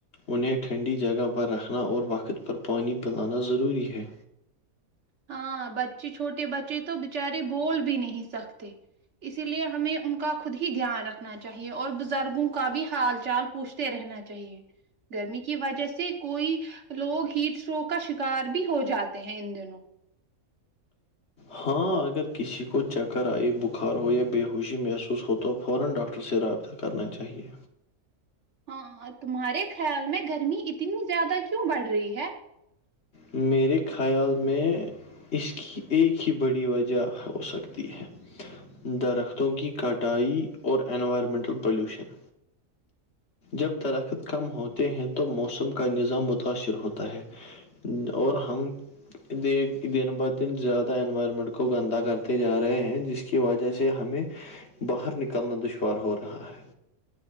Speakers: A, on the left; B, on the right.
A: انہیں ٹھنڈی جگہ پر رکھنا اور وقت پر پانی پلانا ضروری ہے
B: ہاں بچے چھوٹے بچے تو بچارے بول بھی نہیں سکتے اسی لیے ہمیں ان کا خود ہی دھیان رکھنا چاہیے اور بزرگوں کا بھی حال چال پوچھتے رہنا چاہیے گرمی کی وجہ سے کوئی لوگ ہیٹ اسٹروک کا شکار بھی ہو جاتے ہیں ان دنوں
A: ہاں اگر کسی کو چکر آئی بخار ہو یا بے ہووشی محسوس ہو تو فورا ڈاکٹر سے رابطہ کرنا چاہیے
B: ہاں تمہارے خیال میں گرمی اتنی زیادہ کیوں بڑھ رہی ہے
A: میرے خیال میں اس کی ایک ہی بڑی وجہ ہو سکتی ہے درختوں کی کٹائی اور انوائرمنٹل پولیوشن جب درخت کم ہوتے ہیں تو موسم کا نظام متاثر ہوتا ہے اور ہم دن ب دن زیادہ انوائرمنٹ کو گندا کرتے جا رہے ہیں جس کی کی وجہ سے ہمیں باہر نکلنا دشوار ہو رہا ہے